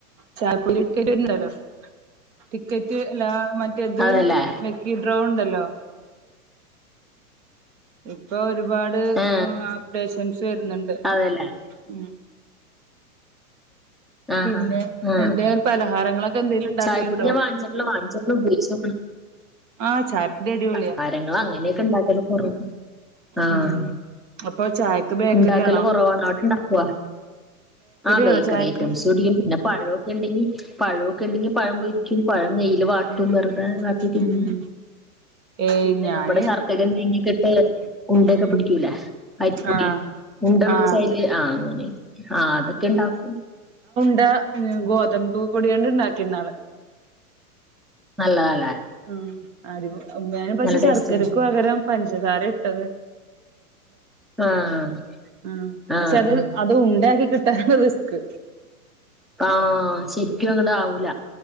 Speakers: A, on the right; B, in the centre.
A: ചായപ്പൊല ഇടിക്കറ്റ്ണ്ടല്ലോ ടിക്കറ്റ് എല്ല <unintelligible> മറ്റേത്
B: അതല്ലേ
A: ലക്കി ഡ്രോ ഉണ്ടല്ലോ ഇപ്പൊ ഒരുപാട്
B: ആ
A: അപ്‌ഡേഷൻസ് വരുന്നുണ്ട്
B: അതല്ലേ
A: ഉം
B: ആ
A: പിന്നെ
B: ആ ആ
A: എന്തായാലും പലഹാരങ്ങളൊക്കെ എന്തേലും ഉണ്ടാക്കലുണ്ടോ
B: ചായപ്പൊടി ഞാൻ വാങ്ങിച്ചട്ടില്ല വാങ്ങിച് ഉപയോഗിച്ചണം
A: ആഹ് ചായപ്പൊടി അടിപൊളിയാ
B: പലഹാരങ്ങള് അങ്ങനെയൊക്കെ ഇണ്ടാക്കല് കൊറ ആഹ
A: ഉം അപ്പൊ ചായക്ക് ബേക്കറി
B: ഉണ്ടാക്കല്
A: ആണോ
B: കൊറവാണ് അവിടെ ഇണ്ടാക്കോ ആ ബേക്കറി
A: ആണോ ചായക്ക്
B: ഐറ്റംസ് ഒടിയും പിന്നെ പഴമൊക്കെ ഉണ്ടെങ്കി പഴമൊക്കെ ഉണ്ടെങ്കിൽ പഴം പൊരിക്കും പഴം നെയ്യിൽ വാട്ടും
A: ഉം
B: വെറുതെ വാട്ടി തിന്നും
A: ഉം ഏയ്
B: പിന്നെ
A: ഞാന്
B: നമ്മുടെ ശർക്കരയും തേങ്ങക്കെ ഇട്ട് ഉണ്ടൊക്കെ
A: ഉം
B: പിടിക്കൂല്ലേ അരിപ്പൊടി
A: ആഹ്
B: മുണ്ട പിടിച്ചതില്
A: ആഹ്
B: ആഹ് അങ്ങനെ ആഹ് അതൊക്കെ ഇണ്ടാക്കും
A: ണ്ട ഗോതമ്പ് പൊടികൊണ്ട് ഉണ്ടാക്കിന്നാള്
B: നല്ലതല്ലേ
A: ഉം അടിപൊ ഞാൻ പക്ഷെ
B: നല്ല ടേസ്റ്റാണ്
A: ശർക്കരക്ക് പകരം പഞ്ചസാരെ ഇട്ടത്
B: ആഹ്
A: ആ പക്ഷെ
B: ആഹ്
A: അത്
B: ആഹ്
A: അത് ഉണ്ട ആക്കി കിട്ടാനാ റിസ്ക്
B: ആഹ് ശരിക്കും അങ്ങട് ആവൂല